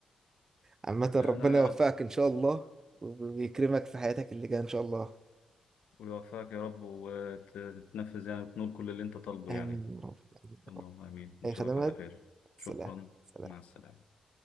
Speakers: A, on the right; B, on the left.
A: عامه ربنا
B: أنا
A: يوفقك ان شاء الله و- ويكرمك في حياتك اللي جايه ان شاء الله
B: ويوفقك يا رب وتتنفذ يعني وتنول كل اللي أنت طالبه
A: امين
B: يعني
A: يا رب آمين يا
B: اللهم
A: رب.
B: آمين نشوفك
A: اي خدمات
B: على خير
A: سلام
B: شكرا
A: سلام
B: مع السلامة